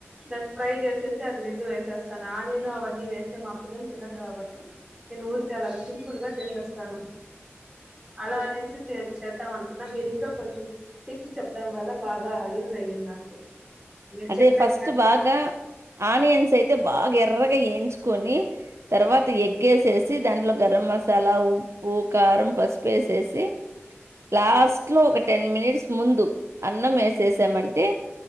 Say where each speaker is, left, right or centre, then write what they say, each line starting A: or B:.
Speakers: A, on the right; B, on the right.
A: ద ఫ్రై చేసేసి అది రెండు వేసేస్తాను ఆనియన్ అవన్నీ వేస్తే మా పిల్లలు తినరు కాబట్టి నేను ఊరికే అలాగా సిం ఫుల్ గా చేసేస్తాను అలా అనేసి చే చేద్దాం అనుకున్న మీరింకా కొంచం టిప్స్ చెప్పడం వల్ల బాగా యూజ్ అయింది నాకు మీరు
B: అదే
A: చెప్పినట్టుగానే
B: ఫస్ట్ బాగా
A: సార్
B: ఆనియన్స్ అయితే బాగా ఎర్రగా ఏంచూకోని తర్వాత ఎగ్ ఎస్ సి దాంట్లో గరం మసాలా ఉప్పు కారం పసుపు ఏసేసి లాస్ట్ లో ఒక టెన్ మినిట్స్ ముందు అన్నం వేసేసామంటే